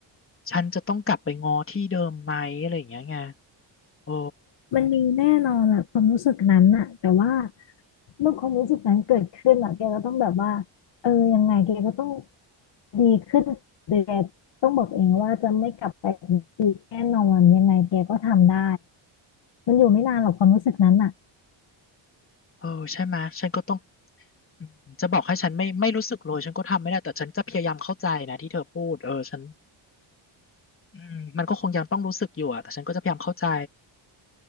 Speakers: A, on the left; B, on the left.
A: ฉันจะต้องกลับไปงอที่เดิมไหมอะไรอย่างเงี้ยไงโอ้
B: มันมีแน่นอนแหละความรู้สึกนั้นน่ะแต่ว่าเมื่อความรู้สึกนั้นเกิดขึ้นอ่ะแกก็ต้องแบบว่าเออยังไงแกก็ต้องดีขึ้นแกต้องบอกเองว่าจะไม่กลับไปเหมือนอีกแน่นอนยังไงแกก็ทำได้มันอยู่ไม่นานหรอกความรู้สึกนั้นน่ะ
A: เออใช่ไหมยฉันก็ต้องอืมจะบอกให้ฉันไม่ไม่รู้สึกเลยฉันก็ทำไม่ได้แต่ฉันจะพยายามเข้าใจนะที่เธอพูดเออฉันอืมมันก็คงยังต้องรู้สึกอยู่อะแต่ฉันก็จะพยายามเข้าใจ